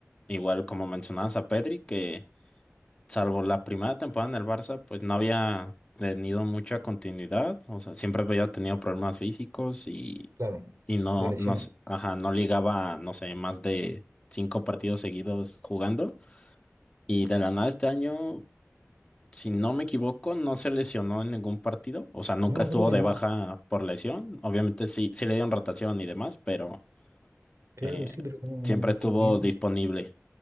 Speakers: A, on the left; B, on the right.
A: igual como mencionabas a Pedri, que salvo la primera temporada en el Barça, pues no había tenido mucha continuidad, o sea, siempre había tenido problemas físicos y,
B: claro,
A: y no,
B: de lesiones.
A: no, s- ajá, no ligaba, no sé, más de cinco partidos seguidos jugando. Y de la nada este año si no me equivoco, no se lesionó en ningún partido. O sea, nunca
B: No,
A: estuvo
B: creo que
A: de
B: no.
A: baja por lesión. Obviamente sí, sí le dieron rotación y demás, pero
B: Claro,
A: eh,
B: sí, pero como,
A: siempre estuvo
B: como bien
A: disponible.
B: dice.